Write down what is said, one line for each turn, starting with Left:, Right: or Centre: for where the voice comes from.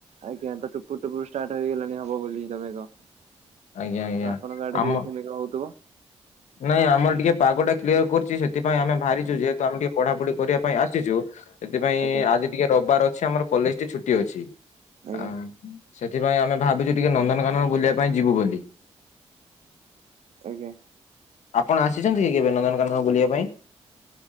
Right: ଆଜ୍ଞା, ତ ଟୁପୁରୁ ଟୁପୁରୁ ଷ୍ଟାର୍ଟ ହେଇଗଲାଣି ହବ ବୋଲି ତ ମେଘ।
Left: ଆଜ୍ଞା ଆଜ୍ଞା
Right: ତ ଆପଣଙ୍କ ଆଡେ
Left: ଆମ
Right: ବି ଏଇଖା ମେଘ ହଉଥିବ।
Left: ନାଇଁ ଆମର ଟିକେ ପାଗ ଟା କ୍ଲିୟର କରଛି ସେଥିପାଇଁ ଆମେ ବାହାରିଛୁ ଯେହେତୁ ଆମେ ଟିକେ ପଢାପଢି କରିବା ପାଇଁ ଆସିଛୁ ସେଥିପାଇଁ
Right: ଆଜ୍ଞା
Left: ଆଜି ଟିକେ ରବିବାର ଅଛି ଆମର କଲେଜଟି ଛୁଟି ଅଛି।
Right: ଆଜ୍ଞା
Left: ଆ, ସେଥିପାଇଁ ଆମେ ଭାବିଛୁ ଟିକେ ନନ୍ଦନକାନନ ବୁଲିବା ପାଇଁ ଯିବୁ ବୋଲି।
Right: ଆଜ୍ଞା।
Left: ଆପଣ ଆସିଛନ୍ତି କି କେବେ ନନ୍ଦନକାନନ ବୁଲିବା ପାଇଁ?